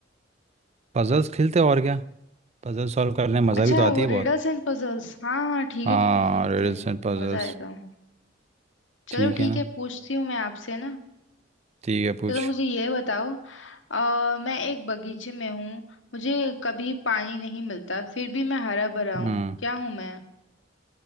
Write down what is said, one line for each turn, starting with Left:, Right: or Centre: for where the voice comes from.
Right: पजल्स खेलते हैं और क्या पजल सॉल्व करने में मज़ा
Left: अच्छा
Right: भी तो आती
Left: वो
Right: है बहुत
Left: रिडल्स एंड पजल्स हाँ हाँ ठीक
Right: हाँ
Left: है ठीक है खेलते
Right: रिडल्स
Left: हैं
Right: एंड पजल्स
Left: मजा आएगा चलो
Right: ठीक
Left: ठीक
Right: है ना
Left: है पूछती हूँ मैं आपसे ना
Right: ठीक है पूछ
Left: चलो मुझे ये बताओ आ, मैं एक बगीचे में हूँ मुझे कभी पानी नहीं मिलता फिर भी मैं हरा भरा हूँ
Right: हम्म
Left: क्या हूँ मैं